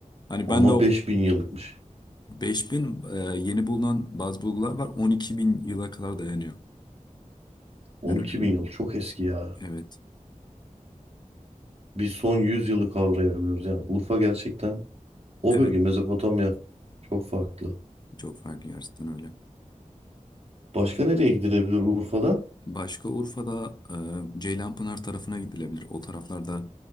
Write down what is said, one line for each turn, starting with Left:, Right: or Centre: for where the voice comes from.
Left: Hani
Right: Ama
Left: ben de o
Right: 5000 yıllıkmış.
Left: beş bin e, yeni bulunan bazı bulgular var. on iki bin yıla kadar dayanıyor.
Right: 12
Left: Ben öyle duydum.
Right: bin yıl çok eski ya.
Left: Evet.
Right: Biz son 100 yılı kavrayamıyoruz. Yani Urfa gerçekten o
Left: Evet.
Right: bölge Mezopotamya çok farklı.
Left: Çok farklı gerçekten öyle.
Right: Başka nereye gidilebilir Urfa'da?
Left: Başka Urfa'da e, Ceylanpınar tarafına gidilebilir. O taraflarda